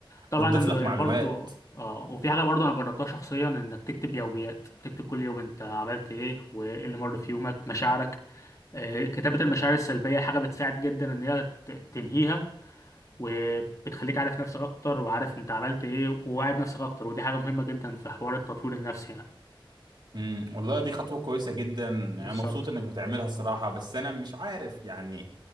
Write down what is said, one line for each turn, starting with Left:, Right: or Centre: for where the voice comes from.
Left: طبعا
Right: بتضيف
Left: انه
Right: لك معلومات
Left: برضو اه وفي حاجه برضو انا جربتها شخصيا انك تكتب يوميات تكتب كل يوم انت عملت ايه وايه اللي مر في يومك مشاعرك آه، كتابة المشاعر السلبية حاجة بتساعد جدا إن هي ت- تنهيها وبتخليك عارف نفسك أكتر وعارف أنت عملت إيه وواعد نفسك أكتر ودي حاجة مهمة جدا في حوار التطوير النفسي يعني
Right: امم والله دي خطوة كويسة جدا انا
Left: بالظبط
Right: مبسوط انك بتعملها الصراحة بس انا مش عارف يعني